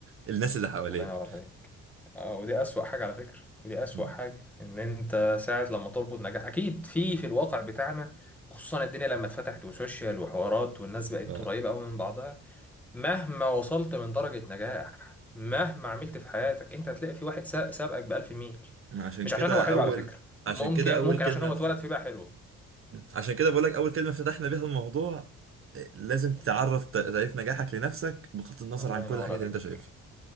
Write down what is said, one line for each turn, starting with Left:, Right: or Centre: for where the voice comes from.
Right: الناس اللي حواليك
Centre: الله ينور عليك اه ودي اسوأ حاجة على فكرة ودي اسوأ
Right: مم.
Centre: حاجة ان انت ساعة لما تربط نجاح اكيد في في الواقع بتاعنا خصوصا الدنيا لما اتفتحت وسوشيال وحوارات والناس بقت
Right: اه
Centre: قريبة قوي من بعضها مهما وصلت من درجة نجاح مهما عملت في حياتك انت هتلاقي في واحد سا- سابقك بألف ميل
Right: عشان
Centre: مش
Right: كده
Centre: عشان هو حلو
Right: أول
Centre: على فكرة ممكن
Right: عشان كده أول
Centre: ممكن
Right: كلمة
Centre: عشان هو
Right: فت...
Centre: اتولد في بقى حلو
Right: عشان كده بقولك أول كلمة فتحنا بيها الموضوع إيه، لازم تعرف
Centre: الله
Right: ت- تعريف نجاحك لنفسك بغض النظر
Centre: الله
Right: عن
Centre: ينور
Right: كل الحاجات
Centre: عليك
Right: اللي أنت شايفها